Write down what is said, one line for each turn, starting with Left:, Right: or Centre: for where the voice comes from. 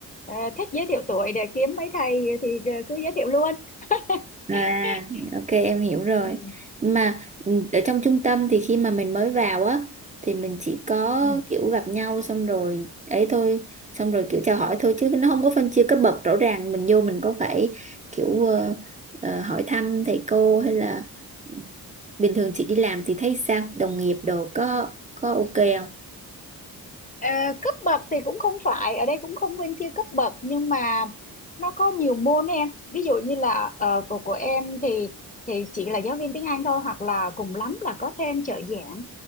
Left: à, thích giới thiệu tuổi để kiếm mấy thầy thì ờ, cứ giới thiệu luôn
Right: à
Left: <laughs>
Right: ok em hiểu rồi
Left: ừ.
Right: mà ừ, ở trong trung tâm thì khi mà mình mới vào á thì mình chỉ có
Left: ừ.
Right: kiểu gặp nhau xong rồi ấy thôi xong rồi kiểu chào hỏi thôi chứ nó không có phân chia cấp bậc rõ ràng mình vô mình có phải kiểu ờ, ờ, hỏi thăm thầy cô hay là ừ, bình thường chị đi làm thì thấy sao đồng nghiệp đồ có có ok không
Left: Ờ, cấp bậc thì cũng không phải ở đây cũng không phân chia cấp bậc nhưng mà nó có nhiều môn em ví dụ như là ờ, của của em thì thì chỉ là giáo viên tiếng Anh thôi hoặc là cùng lắm là có thêm trợ giảng